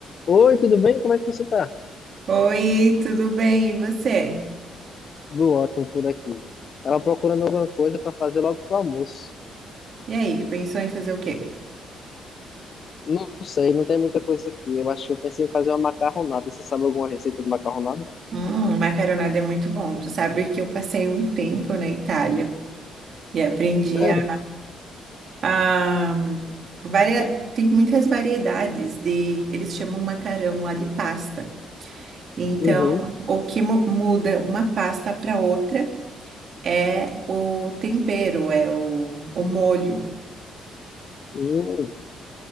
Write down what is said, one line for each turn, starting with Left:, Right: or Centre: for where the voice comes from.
Left: Oi, tudo bem? Como é que você tá?
Right: Oi, tudo bem? E você?
Left: Tudo ótimo por aqui. Tava procurando alguma coisa para fazer logo pro almoço.
Right: E aí, pensou em fazer o quê?
Left: Não sei, não tem muita coisa aqui. Eu acho que eu pensei em fazer uma macarronada. Você sabe alguma receita de macarronada?
Right: Hum, macarronada é muito bom. Tu sabe que eu passei um tempo na Itália e aprendi
Left: Sério?
Right: a, a varia- tem muitas variedades de, eles chamam macarrão lá de pasta. Então,
Left: Uhum.
Right: o que mu- muda uma pasta para outra é o tempero, é o, o molho.
Left: Uhum.